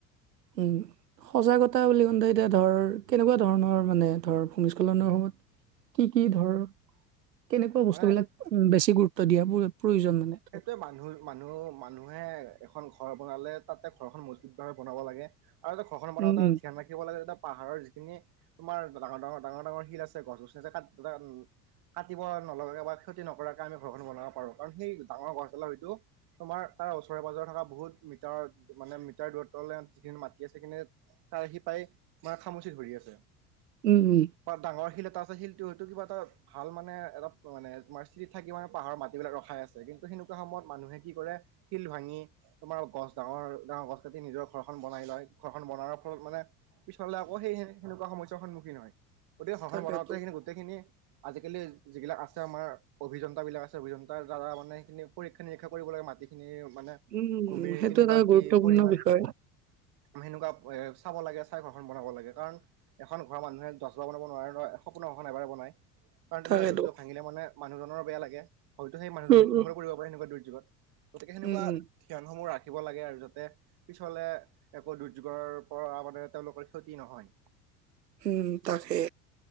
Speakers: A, on the right (about 80°); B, on the right (about 50°).
A: উম, সজাগতা বুলি কওঁতে এতিয়া ধৰ কেনেকুৱা ধৰণৰ মানে ধৰ ভূমিস্খলনৰ সময়ত কি কি ধৰ কেনেকুৱা বস্তুবিলাক
B: মানে
A: উ বেছি গুৰুত্ব দিয়া প্ৰয়োজন মানে? ধৰ?
B: সেইটোৱে মানুহ মানুহ মানুহে এখন ঘৰ বনালে তাতে ঘৰখন মজবুত ভাৱে বনাব লাগে। আৰু এটা ঘৰখন বনাওঁ
A: উম,
B: এ ধ্যান
A: উম,
B: ৰাখিব লাগে এটা পাহাৰৰ খ তোমাৰ ডাঙৰ-ডাঙৰ-ডাঙৰ-ডাঙৰ শিল আছে গছ গছনি আছে <inaudible> কাটিব নলগাকে বা ক্ষতি নকৰাকে আমি ঘৰখনো বনাব পাৰোঁ কাৰণ সেই ডাঙৰ গছডালাৰ হয়তো তোমাৰ তাৰ ওচৰে পাজৰে থকা বহুত মিটাৰ মানে, মিটাৰ দূৰত্ব যিখিনি মাটি আছে সেইখিনি তাৰ সিপাই মানে খামুচি ধৰি আছে।
A: উম', উম'।
B: বা ডাঙৰ শিল এটা আছে শিলটো হয়তো কিবা এটা ভাল মানে এটা মানে তোমাৰ স্থিৰত থাকি মানে পাহাৰৰ মাটিবিলাক ৰখাই আছে। কিন্তু সেনেকুৱা সময়ত মানুহে কি কৰে, শিল ভাঙি তোমাৰ গছ ডাঙৰ ডাঙৰ গছ কাটি নিজৰ ঘৰখন বনাই লয়। ঘৰখন বনাৰ ফলত মানে পিছালে আকৌ সেই সেনেকুৱা সমস্যাৰ সন্মুখীন হয়। গতিকে ঘৰখান
A: তাকেতো।
B: বনাওঁতে সেইখিনি গোটেই গোটেইখিনি আজিকালি যিবিলাক আছে আমাৰ, অভিযন্তা বিলাক আছে, অভিযন্তাৰ দ্বাৰা মানে সেইখিনি পৰীক্ষা-নিৰীক্ষা কৰিব লাগে মাটিখিনি মানে
A: উম, উম,
B: ভূমিৰ
A: সেইটো
B: কেনেকুৱা
A: এটা গুৰুত্বপূৰ্ণ
B: কি পৰিমাণ।
A: বিষয়।
B: সেনেকুৱা এ চাব লাগে, চাই ঘৰখন বনাব লাগে কাৰণ এখন ঘৰৰ মানুহে দহবাৰ বনাব নোৱাৰে নহয়, এ সপোনৰ এখন এবাৰে বনায়। কাৰণ তেনেকুৱা
A: তাকেতো।
B: দুৰ্যোগ ভাঙিল মানে মানুহজনৰ বেয়া লাগে, হয়তো সেই মানুহজন
A: উম,
B: মৃত্যুৰ
A: উম।
B: মুখতো পৰিব পাৰে তেনেকুৱা দুৰ্যোগত। গতিকে সেনেকুৱা
A: উম, উম,
B: ধ্যানসমূহ ৰাখিব লাগে আৰু যাতে পিছলে একো দুৰ্যোগৰ পৰা মানে তেওঁলোকৰ ক্ষতি নহয়।
A: উম', তাকে,